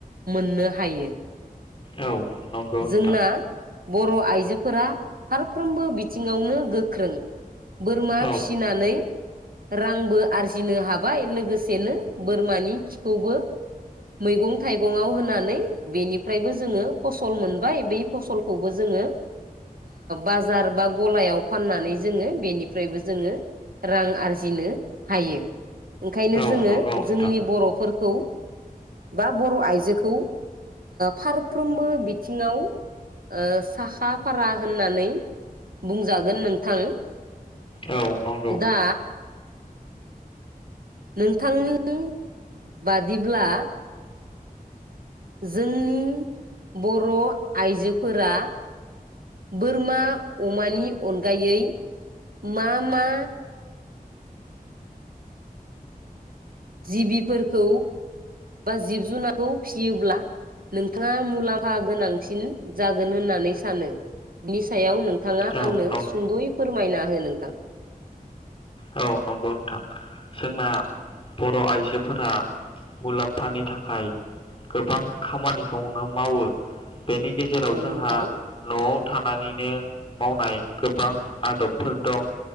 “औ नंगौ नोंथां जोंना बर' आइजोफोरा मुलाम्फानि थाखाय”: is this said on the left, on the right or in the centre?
Left